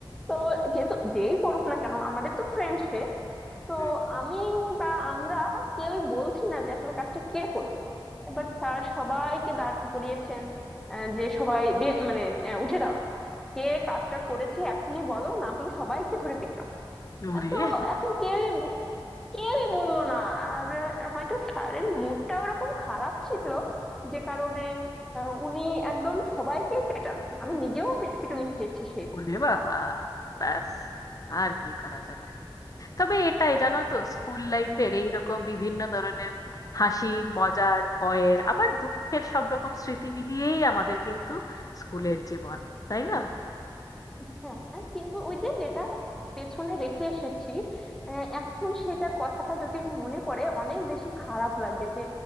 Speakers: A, in the centre; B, on the left.
A: তো যেহেতু যেই করুক না কেন আমাদের তো ফ্রেন্ড সে তো
B: হুম।
A: আমি বা আমরা কেউই বলছি না যে আসলে কাজটা কে করলো এবার স্যার সবাইকে দাঁড় করিয়েছেন আহ, যে সবাই বে- মানে আহ, উঠে দাঁড়াও কে কাজটা করেছে এখনই বলো না হলে সবাইকে ধরে পিটাবো
B: ওরে
A: আহ, তো এখন কেউই ব- কেউই বললো না আর আহ, হয়তো স্যারের মুডটা ওরকম খারাপ ছিল যে কারণে আহ, উনি একদম সবাইকেই পেটালো আমি নিজেও পি- পিটুনি খেয়েছি সেই দিন
B: ওরে বাবা ব্যাস আর কি করা যাবে তবে এটাই জানো তো স্কুল লাইফের এইরকম বিভিন্ন ধরনের হাসির মজার ভয়ের আবার দুঃখের সব রকম স্মৃতি মিলিয়েই আমাদের কিন্তু স্কুলের জীবন তাই না
A: হ্যাঁ কিন্তু ওই যে যেটা পেছনে রেখে এসেছি আহ, এখন সেটার কথাটা যদি মনে পড়ে অনেক বেশি খারাপ লাগে যে